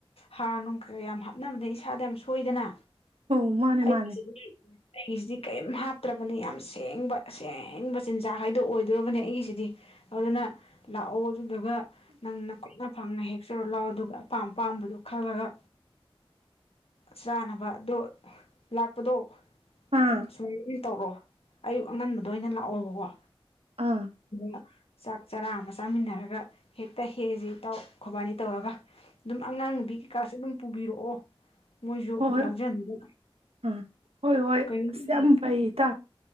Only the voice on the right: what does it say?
ꯑꯣ ꯃꯥꯅꯦ
ꯃꯥꯅꯦ
ꯑꯥ
ꯑꯥ
ꯍꯣꯏ ꯍꯣꯏ
ꯑꯥ ꯍꯣꯏ ꯍꯣꯏ
ꯏꯁ ꯌꯥꯝ ꯐꯩ ꯏꯇꯥꯎ